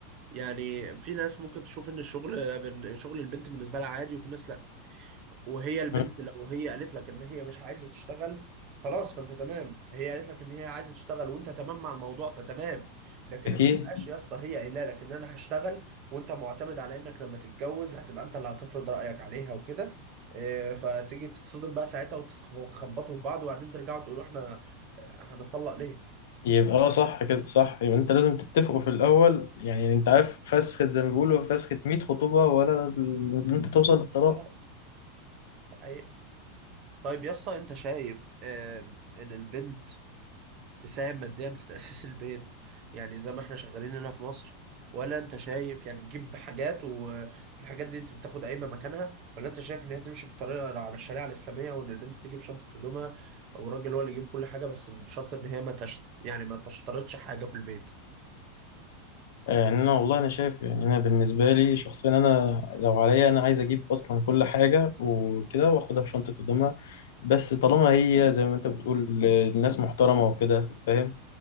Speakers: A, on the right (about 35°); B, on the left (about 75°).
A: يعني في ناس ممكن تشوف ان الشغل بن- شغل البنت بالنسبه لها عادي وفي ناس لا وهي البنت
B: مم.
A: لو هي قالت لك ان هي مش عايزه تشتغل خلاص فانت تمام هي قالت لك ان هي عايزه تشتغل وانت تمام مع الموضوع فتمام لكن
B: أكيد
A: لما تبقاش يا اسطى هي قايله لك ان انا هشتغل وانت معتمد على انك لما تتجوز هتبقى انت اللي هتفرض رايك عليها وكده آه، فتيجي تتصدم بقى ساعتها وتخبطوا في بعض وبعدين ترجعوا تقولوا احنا آه، هنطلق ليه؟
B: يبقى اه صح كده صح يبقى أنت لازم تتفقوا في الأول يعني أنت عارف فسخة زي ما بيقولوا فسخة 100 خطوبة ولا ال- إن أنت توصل للطلاق
A: خلاص ده حقيقة. طيب يا اسطى انت شايف آه، ان البنت تساهم ماديا في تأسيس البيت يعني زي ما احنا شغالين هنا في مصر ولا انت شايف يعني تجيب حاجات والحاجات دي انت بتاخد قايمة مكانها ولا انت شايف ان هي تمشي بالطريقة على الشريعة الإسلامية وان البنت تجيب شنطة هدومها او الراجل هو اللي يجيب كل حاجة بس بشرط ان هي ما تشت يعني ما تشترطش حاجة في البيت
B: آه، يعني انا والله انا شايف يعني انا بالنسبه لي شخصيا انا لو عليا انا عايز اجيب اصلا كل حاجه وكده واخدها في شنطه قدامها بس طالما هي زي ما انت بتقول آه، الناس محترمه وكده فاهم